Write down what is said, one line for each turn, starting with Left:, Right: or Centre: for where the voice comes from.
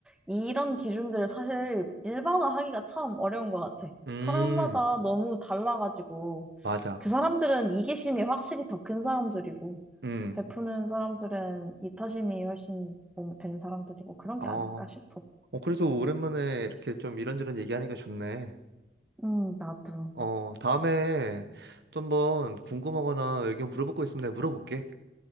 Centre: 이런 기준들을 사실 일반화하기가 참 어려운 것 같아.
Right: 음,
Centre: 사람마다 너무 달라가지고
Right: 맞아.
Centre: 그 사람들은 이기심이 확실히 더 큰 사람들이고
Right: 음.
Centre: 베푸는 사람들은 이타심이 훨씬 몸밴 사람들이고 그런
Right: 어,
Centre: 게 아닐까 싶어.
Right: 어, 그래도 오랜만에 이렇게 좀 이런저런 얘기하니까 좋네.
Centre: 음, 나도.
Right: 어, 다음에 또 한번 궁금하거나 의견 물어볼 거 있으면 내가 물어볼게.